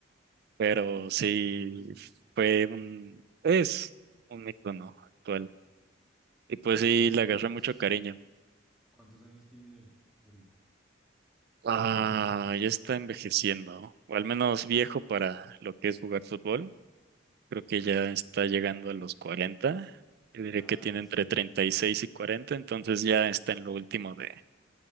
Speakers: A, on the right; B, in the centre.
A: pero
B: Ají,
A: sí
B: ac- ok,
A: fue un, es un icono actual. Y pues
B: ajá.
A: sí, le
B: ¿Cuántos,
A: agarré mucho cariño.
B: cuántos años tiene él ahorita?
A: Ah, ya está envejeciendo, o al menos viejo para lo que es jugar fútbol Creo que ya está llegando a los 40. Yo diría
B: Ah,
A: que tiene entre
B: sí,
A: treinta y seis y cuarenta, entonces ya está en lo último de,